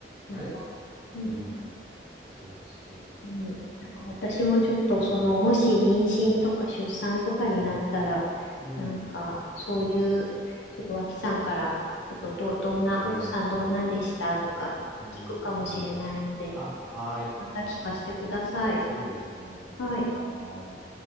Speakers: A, on the left; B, in the centre.
A: なんか、
B: あれ
A: うん、
B: うん。そうですね。
A: うん、なんか私もちょっとその、もし妊娠とか出産とかになったら、
B: うん。
A: なんかそういう、ちょっと脇さんから、ちょっとどう、どんな、
B: ね。
A: 奥さんどんなんでしたとか聞くかもしれないので、
B: うん。そう。あ、はーい。
A: また聞かせてください。
B: そうですね。
A: はい。
B: はーい。